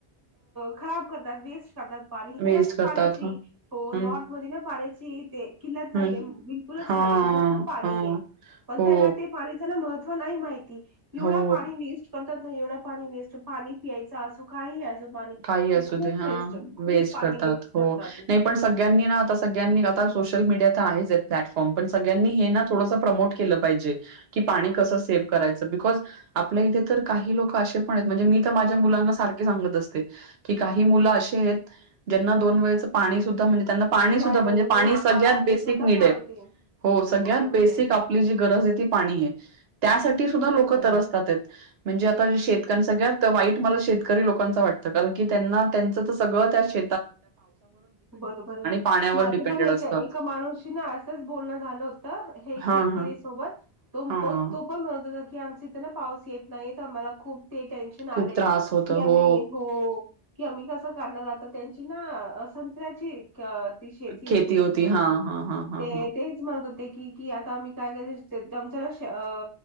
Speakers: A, on the right; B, on the right.
A: खराब करतात वेस्ात. पाणी इथं
B: वेस्ट
A: ना
B: करतात.
A: पाण्याची
B: हं,
A: हो
B: हं,
A: नॉर्थ मध्ये ना पाण्याची तेे. किल्लत नाहीये
B: हं.
A: बिलकुलच
B: हां,
A: नाही तिथं खूप पाणी
B: हां.
A: आहे. पण
B: हो,
A: त्याना ते पाण्याचं ना महत्व नाही माहिित. एवढा
B: हो.
A: पाणी वेस्ट करतात ना एवढ पाणी वेस्ट पाणी पियच. काही असं पाणी
B: काही असू
A: ते खूप
B: दे हा
A: वेस्ट खूप
B: वेस्ट
A: पाणी
B: करतात
A: ये
B: हो
A: कतात ते.
B: नाही पण सगळ्यांनी ना आता सगळ्यांनी आता सोशल मीडिया तर आहेच प्लॅटफॉर्म पण सग्यांनी हे ना थोडं प्रमोट. पाहिजे की पाणी कस सेव करायचं बिकॉज. आपल्या इथे तर काही लोक असे पण आहेत म्हणजे मी तर माझ्या मुलांना सारखे सांगत असत. काही मु असे आहेत ज्यांना दोन वे पाणी सुा म्हण. त्यांना पाणी सुद्धा
A: नाही
B: म्हणजे
A: मॅडम
B: पाणी
A: मी
B: सगळ्यात
A: हा मी
B: बेसिक
A: स्वतः
B: नीड
A: सांगते
B: आहे. हो सगळ्यात
A: बरोबर
B: बेसिक
A: आहे
B: आपली जी गरज आहे ती पाणी आहे त्यासाठी सुद्धा
A: बरोबर
B: लोक तरसतात
A: आहे
B: आहेत. म्हणजे आता शेतक्यां सगळ्यात वाईट मला शेतकरी लोकांचा वाटत कारण की त्यांना त्यांच तर सगळं त्या श
A: बरोबर
B: पाण्यावर
A: माझं
B: डिपेंडेड
A: पण एक
B: असतं.
A: एका माणूसशी ना असंच बोलणं झालं होत. तर हे
B: हां
A: शेतकरी
B: हां
A: सोबत तो
B: हां
A: तो तो पण म्हणत होता की आमच्या इथे ना पाऊस येत नाही तर आम्हाला खूप ते टेन्शन आ
B: खूप
A: की
B: त्रास होतो हो
A: आम् हो की आम्ही कसं करण जातो त्यांची ना संत्याची शेती
B: खेती
A: होती संत्र्यांची
B: हां हां हां हां
A: ते
B: हां
A: म्हणत होते की की आता आमही काय आच्या